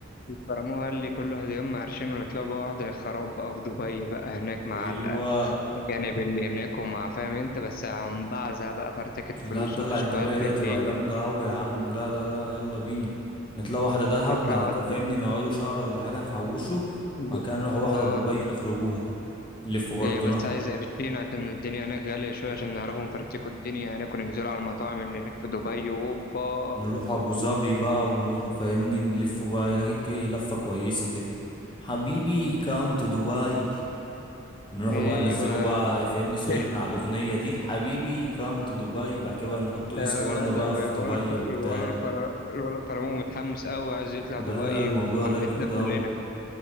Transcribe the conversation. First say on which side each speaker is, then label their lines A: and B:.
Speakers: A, on the left (about 45°); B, on the left (about 25°).
A: البرامو قال لي كله هيتجمع عرشين ونطلع بقى واحدة خراب بقى في دبي بقى هناك مع
B: ايوه
A: ال- الأجانب اللي هناك ومع فاهم أنت بس عم بعزة بقى فرتكة
B: لا
A: فلوس
B: طلعت
A: وديسكوهات
B: دبي
A: بالليل
B: دي هتبقى جامدة أوي يا عم لا لا لا يلا بينا نطلع واحدة دهب
A: يطلعوا
B: بعد كده
A: على
B: فاهمني نقعدوا شهر ولا حاجة نحوشه
A: الديسكو.
B: وبعد كده نروح واحدة
A: اه
B: دبي نخربوها نلفوا برضه
A: هي بس
B: نروح
A: عايزة قرشين عشان الدنيا هناك غالية شوية عشان نعرفوا نفرتكوا الدنيا هناك وننزلوا على المطاعم اللي هناك في دبي وأوبا
B: نروح أبو ظبي بقى ونروحوا فاهمني نلفوا بقى هناك ايه لفة كويسة كده حبيبي كام تو دبي نروح
A: أيوه
B: بقى ننزلوا بقى فاهمني صورتنا
A: <laughs>
B: على الأغنية دي حبيبي كام تو دبي وبعد كده بقى نحطوا ايه
A: آه،
B: صورنا
A: لا ده
B: بقى
A: ال-
B: في
A: الولا
B: دبي
A: الف...
B: وبتاع
A: الولا الفر... الولا الفرامو متحمس قوي عايز يطلع
B: لا
A: دبي
B: لا الموضوع
A: وحمسنا
B: ده جامد أوي
A: كلنا